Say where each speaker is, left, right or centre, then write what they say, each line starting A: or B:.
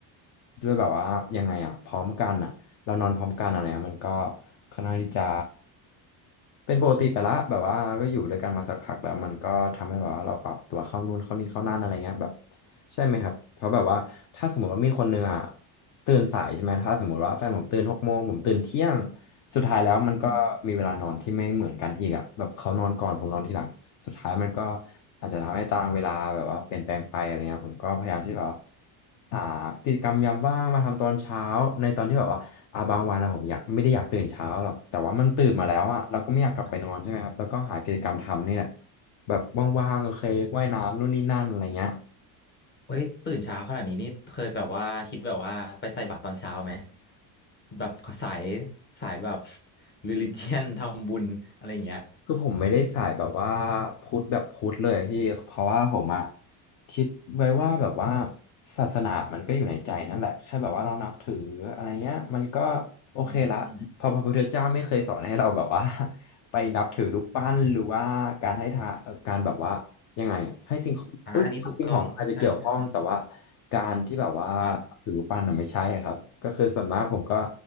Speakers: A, on the left; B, on the left.
A: ด้วยแบบว่ายังไงอ่ะพร้อมกันอ่ะเรานอนพร้อมกันอะไรเงี้ยมันก็ค่อนข้างที่จะเป็นปกติไปละแบบว่าก็อยู่ด้วยกันมาสักพักแล้วมันก็ทำให้แบบว่าเราปรับตัวเข้านู่นเข้านี่เข้านั่นอะไรเงี้ยแบบ ใช่ไหมครับ เพราะแบบว่าถ้าสมมติว่ามีคนหนึ่งอ่ะตื่นสายใช่ไหมถ้าสมมติว่าแฟนผมตื่นหกโมงผมตื่นเที่ยงสุดท้ายแล้วมันก็มีเวลานอนที่ไม่เหมือนกันอีกอ่ะแบบเขานอนก่อนผมนอนทีหลังสุดท้ายมันก็
B: อืม
A: อาจจะทำให้ตารางเวลาแบบว่าเปลี่ยนแปลงไปอะไรเงี้ยผมก็พยายามที่แบบว่าหากิจกรรมยามว่างมาทำตอนเช้าในตอนที่แบบว่าอาบางวันอะผมอยากไม่ได้อยากตื่นเช้าหรอกแต่ว่ามันตื่นมาแล้วอ่ะเราก็ไม่อยากกลับไปนอนใช่ไหมครับแล้วก็หากิจกรรมทำนี่แหละ
B: ครับ
A: แบบว่างๆโอเคว่ายน้ำนู่นนี่นั่นอะไรเงี้ย
B: เฮ้ยตื่นเช้าขนาดนี้นี่เคยแบบว่าคิดแบบว่าไปใส่บาตรตอนเช้าไหมแบบสายสายแบบ religion ทำบุญอะไรอย่างเงี้ย
A: คือผมไม่ได้สายแบบว่าพุทธแบบพุทธเลยพี่เพราะว่าผมอะคิดไว้ว่าแบบว่าศาสนามันก็อยู่ในใจนั่นแหละแค่แบบว่าเรานับถืออะไรเงี้ยมันก็โอเคละเพอพระพุทธเจ้าไม่เคยสอนให้เราแบบว่า
B: อืมอืม
A: <laughs> ไปนับถือรูปปั้นหรือว่าการให้ทานเอ่อการแบบว่ายังไงอะให้สิ่งของเอ้ยสิ่งของอาจจะเกี่ยวข้องแต่ว่า
B: อ่าอันนี้ถูกต้องใช่ใช่
A: การที่แบบว่า
B: ครับ
A: ถือรูปปั้นน่ะไม่ใช่ครับก็คือส่วนมากผมก็